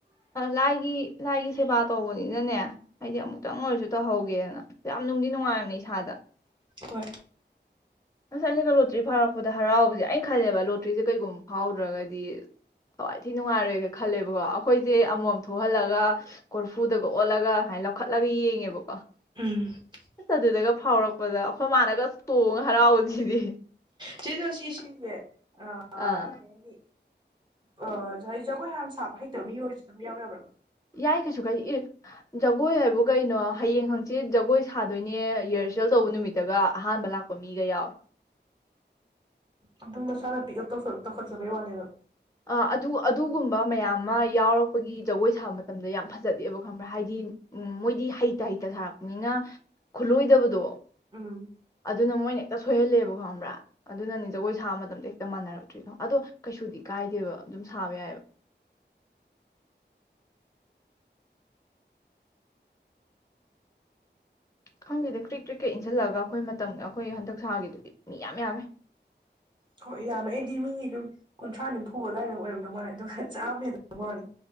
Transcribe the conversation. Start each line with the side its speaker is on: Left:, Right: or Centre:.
Left: ꯂꯥꯏꯒꯤ ꯂꯥꯏꯒꯤ ꯁꯦꯕꯥ ꯇꯧꯕꯅꯤꯅꯅꯦ ꯍꯥꯏꯗꯤ ꯑꯃꯨꯛꯇꯪ ꯑꯣꯏꯔꯁꯨ ꯇꯧꯍꯧꯒꯦꯅ ꯌꯥꯝ ꯅꯨꯡꯗꯤ ꯅꯨꯡꯉꯥꯏꯝꯅꯦ ꯏꯁꯥꯗ
Right: ꯍꯣꯏ
Left: ꯑꯁ ꯑꯩꯅꯒ ꯂꯣꯇ꯭ꯔꯤ ꯐꯥꯎꯔꯛꯄꯗ ꯍꯔꯥꯎꯕꯁꯦ ꯑꯩꯅ ꯈꯜꯂꯦꯕ ꯂꯣꯇ꯭ꯔꯤꯁꯦ ꯀꯩꯒꯨꯝꯕ ꯐꯥꯎꯗ꯭ꯔꯒꯗꯤ ꯊꯋꯥꯏ ꯊꯤ ꯅꯨꯡꯉꯥꯏꯔꯣꯏꯒ ꯈꯜꯂꯦꯕꯀꯣ ꯑꯩꯈꯣꯏꯁꯦ ꯑꯃꯃꯝ ꯊꯣꯛꯍꯜꯂꯒ ꯀꯣꯔꯐꯨꯗꯒ ꯑꯣꯜꯂꯒ ꯁꯨꯃꯥꯏꯅ ꯂꯧꯈꯠꯂꯒ ꯌꯦꯡꯉꯦꯕꯀꯣ
Right: ꯎꯝ
Left: ꯑꯁ ꯑꯗꯨꯗꯒ ꯐꯥꯎꯔꯛꯄꯗ ꯑꯩꯈꯣꯏ ꯃꯥꯅꯒ ꯆꯣꯡꯉ ꯍꯔꯥꯎꯕꯁꯤꯗꯤ
Right: ꯆꯦ ꯔꯣꯁꯤ ꯁꯤꯖꯦ ꯑ
Left: ꯑꯥ
Right: ꯀꯩꯍꯥꯏꯅꯤ ꯑꯥ ꯉꯁꯥꯏ ꯖꯒꯣꯏ ꯍꯥꯟꯅ ꯁꯥꯕ ꯍꯩꯇꯕ ꯃꯤ ꯑꯣꯏꯔꯁꯨ ꯑꯗꯨꯝ ꯌꯥꯎ ꯌꯥꯕ꯭ꯔꯕ
Left: ꯌꯥꯏ ꯀꯩꯁꯨ ꯀꯥꯏꯗꯦ ꯑꯦ ꯖꯒꯣꯏ ꯍꯥꯏꯕꯨ ꯀꯩꯅꯣ ꯍꯌꯦꯡ ꯍꯪꯆꯤꯠ ꯖꯒꯣꯏ ꯁꯥꯗꯣꯏꯅꯦ ꯔꯤꯍꯔꯁꯦꯜ ꯇꯧꯕ ꯅꯨꯃꯤꯠꯇꯒ ꯑꯍꯥꯟꯕ ꯂꯥꯛꯄ ꯃꯤꯒ ꯌꯥꯎꯋꯦ
Right: ꯑꯗꯨꯝ ꯃꯁꯥꯅ ꯄꯤꯛꯑꯞ ꯇꯧ ꯇꯧꯈꯠꯆꯕꯩ ꯋꯥꯅꯤꯗ
Left: ꯑ ꯑꯗꯨ ꯑꯗꯨꯒꯨꯝꯕ ꯃꯌꯥꯝ ꯑꯃ ꯌꯥꯎꯔꯛꯄꯒꯤ ꯖꯒꯣꯏ ꯁꯥꯕ ꯃꯇꯝꯗ ꯌꯥꯝ ꯐꯖꯗꯦꯕ ꯈꯪꯕ꯭ꯔꯥ ꯍꯥꯏꯗꯤ ꯃꯣꯏꯗꯤ ꯍꯩꯇ ꯍꯩꯇ ꯁꯥꯔꯛꯄꯅꯤꯅ ꯈꯨꯠꯂꯣꯏꯗꯕꯗꯣ
Right: ꯎꯝ
Left: ꯑꯗꯨꯅ ꯃꯣꯏꯅ ꯍꯦꯛꯇ ꯁꯣꯏꯍꯜꯂꯦꯕ ꯍꯝꯕ꯭ꯔꯥ ꯑꯗꯨꯅꯅꯦ ꯖꯒꯣꯏ ꯁꯥꯕ ꯃꯇꯝꯗ ꯍꯦꯛꯇ ꯃꯥꯟꯅꯔꯛꯇ꯭ꯔꯤꯗꯣ ꯑꯗꯣ ꯀꯩꯁꯨꯗꯤ ꯀꯥꯏꯗꯦꯕ ꯑꯗꯨꯝ ꯁꯥꯕ ꯌꯥꯏꯑꯕ ꯈꯪꯗꯦꯗ ꯀ꯭ꯔꯤꯛ ꯀ꯭ꯔꯤꯛ ꯀꯛ ꯏꯟꯁꯤꯜꯂꯒ ꯑꯩꯈꯣꯏ ꯃꯇꯝꯒ ꯑꯩꯈꯣꯏ ꯍꯟꯗꯛ ꯁꯥꯒꯤꯗꯨꯗꯤ ꯃꯤ ꯌꯥꯝ ꯌꯥꯝꯃꯦ
Right: ꯍꯣꯏ ꯌꯥꯝꯃꯦ ꯑꯩꯗꯤ ꯃꯤꯒꯤ ꯑꯗꯨꯝ ꯀꯨꯟꯊ꯭ꯔꯥ ꯅꯤꯝꯐꯨ ꯑꯗꯨꯋꯥꯏꯗ ꯑꯣꯏꯔꯝꯗꯧ ꯃꯥꯜꯔꯦ ꯑꯗꯨꯒ ꯆꯥꯝꯃ ꯍꯦꯟꯕ ꯃꯥꯜꯂꯦ